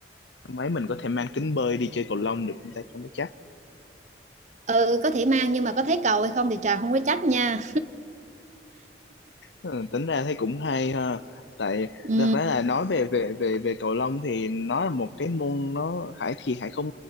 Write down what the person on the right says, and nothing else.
Ừ có thể mang nhưng mà có thấy cầu hay không Thì Trà không có trách nha
ừ,